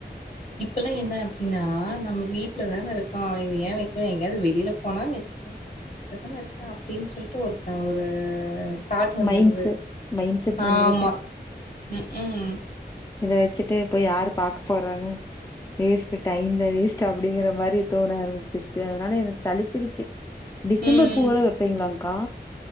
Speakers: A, on the left; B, on the left.
A: இப்பல்லா என்ன அப்படின்னா நம்ம வீட்லதானே இருக்கோ இது ஏ வைக்கண எங்கயாவது வெளியில போனா வச்சுக்கலா வீட்ல தான இருக்கா அப்படின் சொல்லிட்டு ஒருத்த ஒரு தாட்ட வந்துருது
B: மைண்ட் செட் மைண்ட் செட்
A: ஆமா
B: வந்துருது.
A: ம் ம்
B: இதை வச்சுட்டு போய் யாரு பாக்க போறாங்க வேஸ்ட் டைம் தா வேஸ்ட் டு அப்படிங்கிற மாரி தோண ஆரம்பிச்சிருச்சு அதனால எனக்கு சழிச்சிருச்சு டிசம்பர்
A: ம்
B: பூவெல்லா வெ பிங்களாங்க்கா